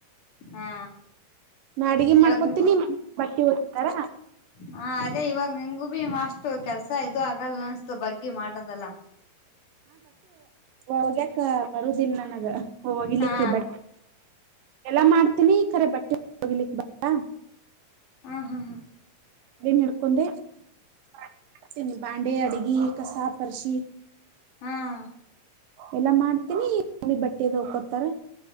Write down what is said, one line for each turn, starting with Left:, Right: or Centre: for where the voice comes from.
Left: ಹಾ
Right: ನಾ ಅಡ್ಗೆ ಮಾಡ್ಕೊತೀನಿ
Left: ಇವಾಗ
Right: ಬಟ್ಟೆ ಓಗಿತ್ತಾರ
Left: ಹಾ ಅದೇ ಇವಾಗ ನಿಂಗಂಗೂ ಭೀ ಮಾಸ್ ಷ್ಟ ಕೆಲ್ಸ ಇದು ಆಗಲ್ಲ ಅನ್ಸ್ತು ಬಗ್ಿ ಮಾಡದಲ್ಲ
Right: ಹೋಗ್ಯಕ ಬರುದಿಲ್ಲ ನಾನ ಹೋಗಲಿಕ್ಕೆ
Left: ಹಾ
Right: ಬಟ್ಟೆ ಎಲ್ಲ ಮಾಡ್ತೀನಿ ಈ ಕರೆ ಬಟ್ಟೆ ಹೋಗ್ಲಿಕ್ಕೆ ಬರಲ್ಲ
Left: ಹ ಹಾ
Right: ಏನ್ ಹಿಡ್ಕೊಂಡೆ ತ ನಿ ಬಾಂಡೆ ಅಡಗಿ ಕಸಾ ಪರ್ಶಿ
Left: ಹ್ಮ್
Right: ಎಲ್ಲಾ ಮಾಡ್ತೀನಿ <unintelligible> ನಿ ಬಟ್ಟೆದು ಹಕೋತಾರ